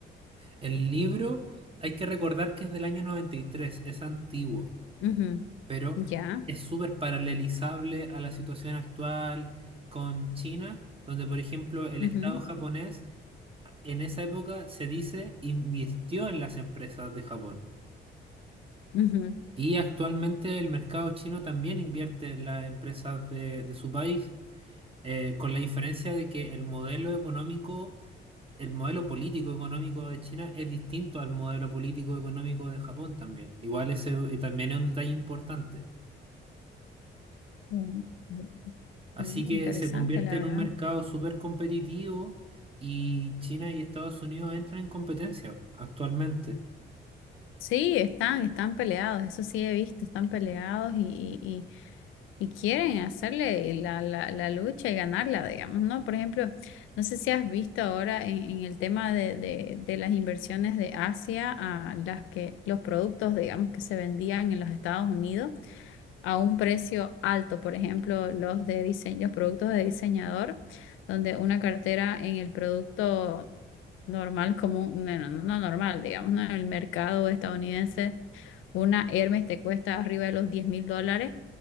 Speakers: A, on the right (about 30°); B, on the left (about 85°).
A: El libro, hay que recordar que es del año 93 es antiguo.
B: Ujú,
A: pero
B: Ya,
A: es súper paralelizable a la situación actual con China, donde por ejemplo el
B: ujú,
A: Estado japonés en esa época se dice invirtió en las empresas de Japón.
B: ujú.
A: Y actualmente el mercado chino también invierte en las empresas de, de su país, eh, con la diferencia de que el modelo económico, el modelo político económico de China es distinto al modelo político económico de Japón también. Igual ese eh, también es un detalle importante.
B: Mm, mm,
A: Así
B: mm,
A: que
B: Interesante,
A: se convierte
B: la
A: en
B: verdad.
A: un mercado súper competitivo y China y Estados Unidos entran en competencia actualmente.
B: Sí, están, están peleados, eso sí he visto, están peleados y, y quieren hacerle la, la, la lucha y ganarla, digamos, ¿no? Por ejemplo, no sé si has visto ahora en, en el tema de, de, de las inversiones de Asia a las que los productos, digamos, que se vendían en los Estados Unidos a un precio alto, por ejemplo, los de diseño, los productos de diseñador, donde una cartera en el producto normal común, bueno, no normal, digamos, ¿no? En el mercado estadounidense, una Hermes te cuesta arriba de los diez mil dólares